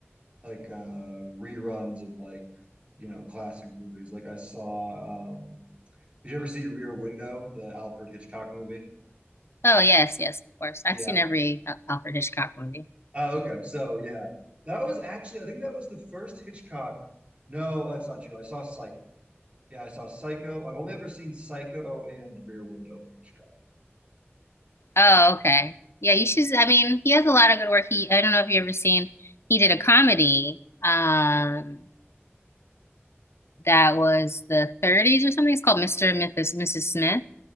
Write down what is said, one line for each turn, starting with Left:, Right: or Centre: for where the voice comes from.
Right: like uh reruns of like you know classic movies. Like I saw um Did you ever see Rear Window, the Alfred Hitchcock movie?
Left: Oh yes, yes, of course. I've
Right: Yeah.
Left: seen every uh, Alfred Hitchcock movie.
Right: Oh, okay. So yeah, that was actually I think that was the first Hitchcock. No, that's not true. I saw Psycho. Yeah, I saw Psycho. I've only ever seen Psycho and Rear Window for Hitchcock.
Left: Oh, okay. Yeah, you should. I mean, he has a lot of good work. He, I don't know if you ever seen. He did a comedy. Um, that was the 30s or something. It's called Mr. and Mrs. Mrs. Smith.